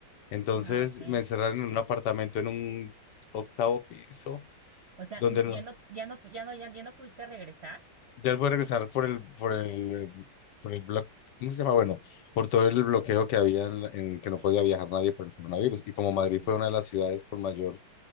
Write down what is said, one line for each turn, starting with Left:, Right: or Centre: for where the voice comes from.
Left: Entonces
Right: Ah, ok.
Left: me encerraron en un apartamento en un octavo piso
Right: O sea,
Left: donde
Right: n-
Left: no,
Right: ya no, ya no, pu- ya no, ya, ya no pudiste regresar.
Left: ya él puede regresar por el, por el, eh, por el bloque, ¿cómo se llama? Bueno, por todo el bloqueo que había en, la- en que
Right: Sí,
Left: no podía viajar nadie por el coronavirus. Y como
Right: ok.
Left: Madrid fue una de las ciudades con mayor